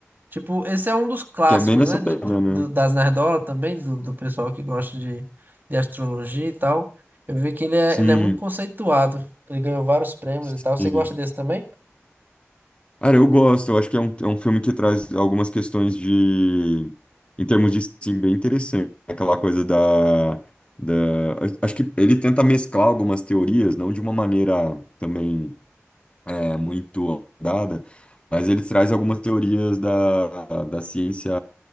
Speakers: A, on the right; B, on the left.
A: tipo, esse é um dos clássicos,
B: Que é bem nessa
A: né?
B: pegada,
A: De, de-
B: né?
A: do- das nerdola também, do, do pessoal que gosta de, de astrologia e tal. Eu vi que ele é,
B: Sim,
A: ele é muito conceituado. Ele ganhou vários prêmios
B: sim.
A: e tal. Você gosta desse também?
B: Cara, eu gosto. Eu acho que é um, é um filme que traz algumas questões de... Em termos de, sim, bem interessante. Aquela coisa da... da... Acho que ele tenta mesclar algumas teorias, não de uma maneira também é, muito dada, mas ele traz algumas teorias da, da ciência...